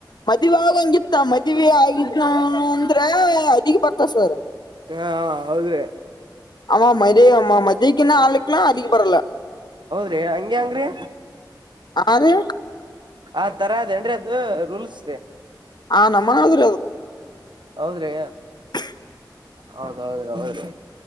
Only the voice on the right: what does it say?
ಹಾ ಹೌದ್ರಿ
ರಿ ಹಂಗಗೆಂಗ್ರೀ
ಆ ತರ ಅದೇನ್ರಿ ಅದು ರೂಲ್ಸ್ ರೀ
ಹೌದ್ರಿ
ಹೌದೌದು ಹೌದು